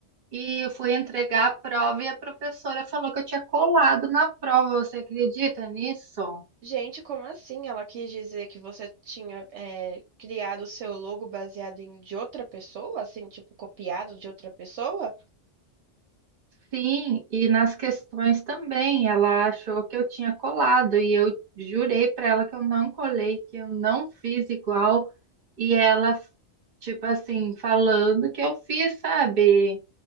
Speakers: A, on the right; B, on the right.
A: e eu fui entregar a prova e a professora falou que eu tinha colado na prova. Você acredita nisso?
B: Gente, como assim? Ela quis dizer que você tinha eh, criado o seu logo baseado em de outra pessoa, assim, tipo, copiado de outra pessoa?
A: Sim, e nas questões também, ela achou que eu tinha colado e eu jurei para ela que eu não colei, que eu não fiz igual, e ela, tipo assim, falando que eu fiz, sabe?